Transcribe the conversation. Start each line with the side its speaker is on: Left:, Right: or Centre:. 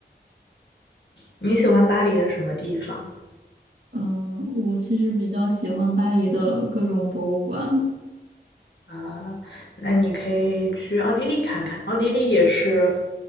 Left: 你喜欢巴黎的什么地方
Right: 嗯、我其实比较喜欢巴黎的各种博物馆。
Left: 啊？那你可以去奥地利看看，奥地利也是